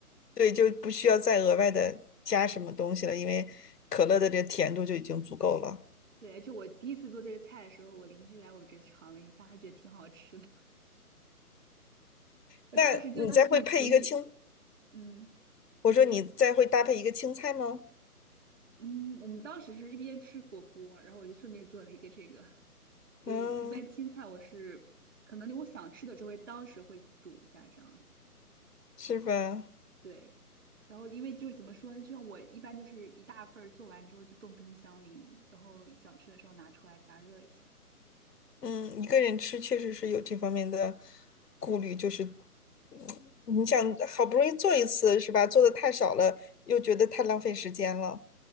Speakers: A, on the left (about 85°); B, on the right (about 50°).
A: 对，就不需要再额外的加什么东西了，因为可乐的这甜度就已经足够了。
B: 对，而且我第一次做这个菜的时候，我邻居来我这尝了一下，他觉得挺好吃的，<laughs> 我当时就对自己厨艺，
A: 那你再会配一个青，
B: 嗯，
A: 我说你再会搭配一个青菜吗？
B: 你说什么？嗯，我们当时是一边吃火锅，然后我就顺便做了一个这个，所以一般青菜我是可能我想吃的就会当时会煮一下这样子，
A: 嗯，是吧？
B: 对。然后因为就是怎么说呢，就像我一般就是一大份儿做完之后就冻冰箱里，然后想吃的时候拿出来加热一下。
A: 嗯，一个人吃确实是有这方面的顾虑，就是，嗯你想好不容易做一次，是吧？做的太少了，又觉得太浪费时间了。